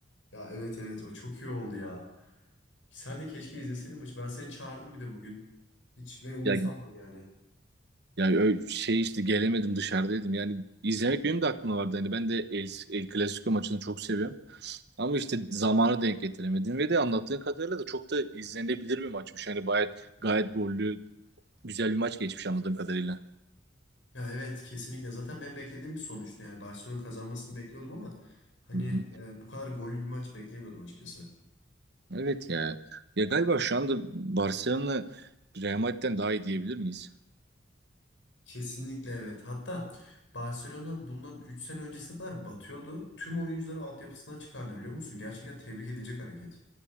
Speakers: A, on the left (about 85°); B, on the right (about 60°).
A: Ya evet evet o çok iyi oldu ya. Sen de keşke izleseydin maçı. Ben seni çağırdım bir de bugün. Hiç ben umursamam
B: Ya
A: yani.
B: ya ö- şey işte gelemedim dışarıdaydım. Yani izlemek benim de aklımda vardı. Yani ben de El, El Clasico maçını çok seviyorum. Ama işte zamanı denk getiremedim ve de anlattığın kadarıyla da çok da izlenebilir bir maçmış. Yani gayet gayet gollü, güzel bir maç geçmiş anladığım kadarıyla.
A: Ya evet kesinlikle. Zaten ben beklediğim bir sonuçtu. Yani Barcelona kazanmasını bekliyordum ama hani
B: Hı hı.
A: e, bu kadar gollü bir maç beklemiyordum açıkçası.
B: Evet ya. Ya galiba şu anda Barcelona Real Madrid'den daha iyi diyebilir miyiz?
A: Kesinlikle evet. Hatta Barcelona bundan 3 sene öncesine kadar batıyordu. Tüm oyuncuları altyapısından çıkardı biliyor musun? Gerçekten tebrik edilecek hareket.